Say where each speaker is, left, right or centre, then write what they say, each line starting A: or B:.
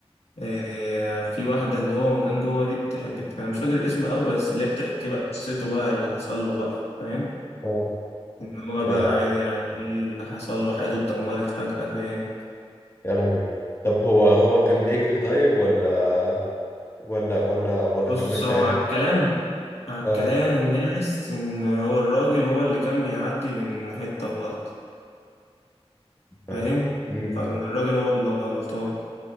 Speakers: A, on the left (about 80°); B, on the left (about 25°).
A: آه في واحدة اللي هو ما كان جوه دي بتحب انا مش فاكر الاسم قوي بس اللي هي بتحكي بقى قصته بقى اللي حصل له بقى فاهم
B: اه
A: ان هو
B: يا
A: بقى يعني ايه اللي حصل له حياته اتدمرت فجأة فاهم
B: يا لهوي طب هو هو كان بيجري طيب ولا ولا ولا ولا
A: بص
B: كان ماشي
A: هو
B: عادي
A: على الكلام على
B: اه
A: الكلام الناس ان هو الراجل هو اللي كان بيعدي من حتة غلط
B: تمام.
A: فاهم
B: امم.
A: فالراجل هو اللي غلطان